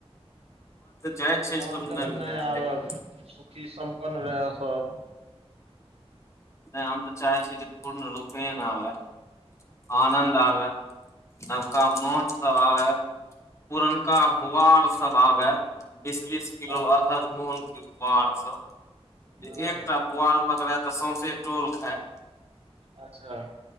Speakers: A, on the left (about 25°); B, on the right (about 65°).
A: जाइ
B: भगवान
A: छै शुरू
B: करे नहि
A: भेलै हेँ
B: आबै
A: लेकिन
B: सुखी सम्पन्न रहै सभ
A: नहि आ हम त चाहै छै जे पूर्ण रूपेन आबै। आनन्द आबय नबका माछ सभ आबए पुरनका बोआर सभ आबए बीस बीस किलो
B: हँ
A: अधद मन के बुआर सभ जे
B: हँ
A: एकटा पुआर पकड़ाय तऽ सौसे टोल खाए।
B: अच्छा ह